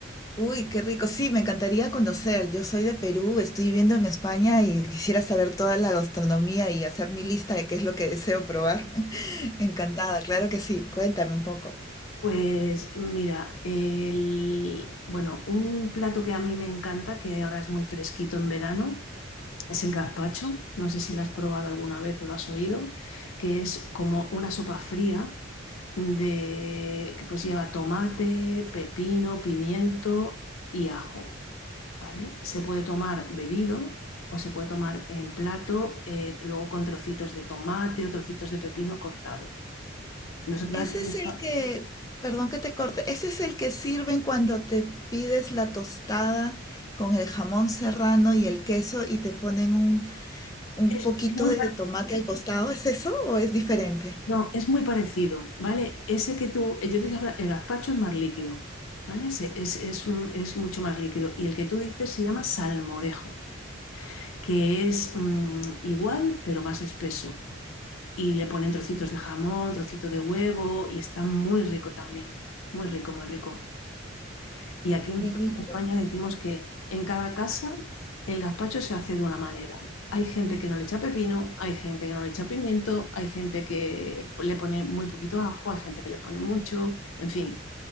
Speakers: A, on the left (about 15°); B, on the left (about 80°).
A: Uy, qué rico. Sí, me encantaría conocer. Yo soy de Perú, estoy viviendo en España y quisiera saber toda la gastronomía y hacer mi lista de qué es lo que deseo probar. <laughs> Encantada, claro que sí. Cuéntame un poco.
B: Pues mira, el, bueno, un plato que a mí me encanta, que ahora es muy fresquito en verano, es el gazpacho. No sé si lo has probado alguna vez o lo has oído, que es como una sopa fría de, que pues lleva tomate, pepino, pimiento y ajo, ¿vale? Se puede tomar bebido o se puede tomar en plato, eh, luego con trocitos de tomate o trocitos de pepino cortados. Nosotros
A: Ese
B: aquí-
A: es el que, perdón que te corte, ese es el que sirven cuando te pides la tostada con el jamón serrano y el queso y te ponen un, un
B: es,
A: poquito
B: es muy
A: de tomate al costado. ¿Es eso o es diferente?
B: No, es muy parecido, ¿vale? Ese que tú, yo te decía, el gazpacho es más líquido, ¿vale? Ese Es, es, un- es mucho más líquido. Y el que tú dices se llama salmorejo, que es mm, igual, pero más espeso. Y le ponen trocitos de jamón, trocito de huevo, y está muy rico también. Muy rico, muy rico. Y aquí nosotros
A: Qué rico.
B: en España decimos que en cada casa el gazpacho se hace de una manera. Hay gente que no le echa pepino, hay gente que no le echa pimiento, hay gente que le pone muy poquito ajo, hay gente que le pone mucho, en fin.